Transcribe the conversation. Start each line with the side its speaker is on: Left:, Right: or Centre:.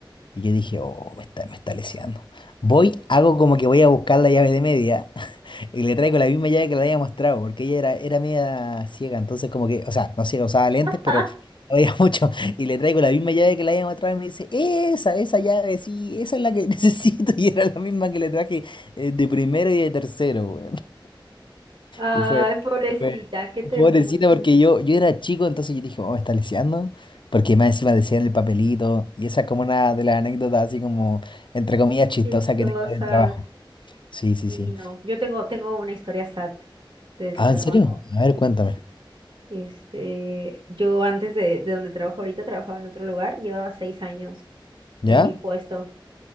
Left: Y yo dije, oh, me está, me está leseando. Voy, hago como que voy a buscar la llave de media <laughs> y le traigo la misma llave que le había mostrado, porque ella era, era media ciega, entonces como que, o sea, no ciega, usaba lentes,
Right: <laughs>
Left: pero no veía <laughs> mucho. Y le traigo la misma llave que le había mostrado y me dice, esa, esa llave, sí, esa es la que <laughs> necesito. Y era la misma que le traje eh, de primero y de tercero,
Right: Ay,
Left: y fue,
Right: pobrecita,
Left: fue
Right: qué ternura.
Left: pobrecita porque yo, yo era chico, entonces yo dije, oh, me está leseando. Porque más encima decía en el papelito. Y esa es como una de las anécdotas así como, entre comillas, chistosa
Right: Chistosas.
Left: que tengo del trabajo. Sí, sí,
Right: Y
Left: sí.
Right: no, yo tengo, tengo una historia sad del
Left: Ah,
Right: trabajo.
Left: ¿en serio? A ver,
Right: Sí.
Left: cuéntame.
Right: Este, yo antes de, de donde trabajo ahorita, trabajaba en otro lugar, llevaba seis años
Left: ¿Ya?
Right: en mi puesto